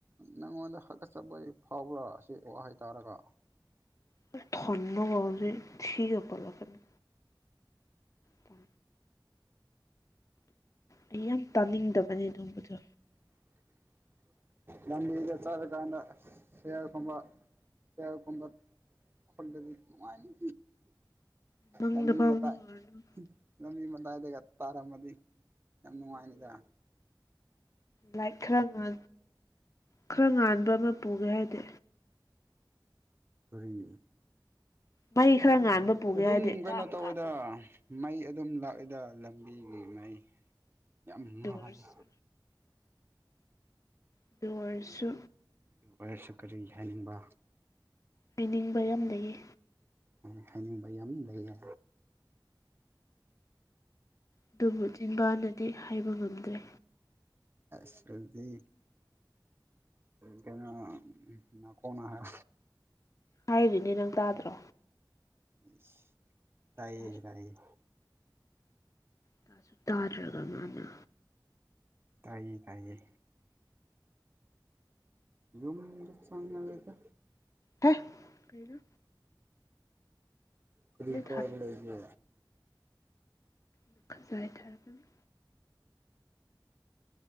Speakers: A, on the right (about 30°); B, on the left (about 40°).
A: ꯅꯪꯉꯣꯟꯗ ꯍꯛꯒꯠ ꯆꯠꯄ ꯐꯥꯎꯕ꯭ꯔꯥ ꯁꯤ ꯋꯥ ꯍꯥꯏ ꯇꯥꯔꯒ
B: ꯄꯨꯛ ꯊꯟꯕꯒ ꯍꯧꯖꯤꯛ ꯊꯤ ꯄꯟꯂꯛꯀꯅꯨ ꯇ ꯑꯩ ꯌꯥꯝ ꯇꯥꯅꯤꯡꯗꯕꯅꯦ ꯑꯗꯨꯝꯕꯗꯣ
A: ꯂꯝꯕꯤꯗ ꯆꯠꯂꯀꯥꯟꯗ ꯁꯤꯌꯥꯔꯒꯨꯝꯕ ꯁꯤꯌꯥꯔꯒꯨꯝꯕ ꯈꯨꯂꯗꯤ ꯅꯨꯡꯉꯥꯏꯅꯤ
B: ꯃꯪꯗ
A: ꯅꯝꯕꯤ
B: ꯐꯥꯎ
A: ꯃꯥꯏ
B: ꯃꯪꯉꯨꯔꯅꯨ
A: ꯅꯝꯕꯤ ꯃ ꯏꯗꯒ ꯇꯔꯃ ꯑꯗꯨ ꯌꯥꯝ ꯅꯨꯡꯉꯥꯏꯅꯦꯗ
B: ꯂꯥꯛ ꯈꯔꯥ ꯑꯃ ꯈꯔ ꯉꯥꯟꯕ ꯑꯃ ꯄꯨꯒꯦ ꯍꯥꯏꯗꯤ
A: ꯀꯔꯤ
B: ꯃꯩ ꯈꯔ ꯉꯥꯟꯕ ꯄꯨꯒꯦ
A: ꯑꯗꯨꯝ
B: ꯍꯥꯏꯗꯤ
A: ꯀꯩꯅꯣ
B: ꯀꯥꯞ
A: ꯇꯧꯋꯦꯗ
B: ꯀꯥꯞꯄꯒꯣ
A: ꯃꯩ ꯑꯗꯨꯝ ꯂꯥꯛꯏꯗ ꯂꯝꯕꯤꯒꯤ ꯃꯩ ꯌꯥꯝ
B: ꯑꯗꯨ
A: ꯃꯅꯍꯜꯂꯤ
B: ꯑꯣꯏꯔꯁꯨ ꯑꯗꯨ ꯑꯣꯏꯔꯁꯨ
A: ꯑꯗꯨ ꯑꯣꯏꯔꯁꯨ ꯀꯔꯤ ꯍꯥꯏꯅꯤꯡꯕ
B: ꯍꯥꯏꯅꯤꯡꯕ ꯌꯥꯝ ꯂꯩꯌꯦ
A: ꯑ ꯈꯥꯏ ꯌꯥꯝꯝ ꯂꯩꯔ
B: ꯑꯗꯨꯕꯨ ꯆꯤꯟꯕꯅ ꯤ ꯍꯥꯏꯕ ꯉꯝꯗ꯭ꯔꯦ
A: ꯁꯗꯤ ꯀꯩꯅꯣ ꯅꯅꯥ ꯀꯣꯅꯥ ꯍꯥꯏ
B: ꯍꯥꯏꯔꯤꯅꯦ ꯅꯪ ꯇꯥꯗ꯭ꯔꯣ
A: ꯑꯁ ꯇꯥꯏꯌꯦ
B: ꯇꯥꯁꯨ
A: ꯇꯥꯏꯌꯦ
B: ꯇꯥꯁꯨ ꯇꯥꯗ꯭ꯔꯒ ꯃꯥꯅ
A: ꯇꯥꯏꯌꯦ ꯇꯥꯏꯌꯦꯌꯦ ꯌꯨꯝꯗ ꯆꯥꯡꯅꯒ
B: ꯍꯅ
A: ꯀꯔꯤ ꯀꯔ
B: ꯊꯥꯔꯛꯄꯅꯦ
A: ꯂꯩꯒꯤ
B: ꯂ ꯈꯖ ꯍꯥꯏ ꯊꯔꯒꯅꯤ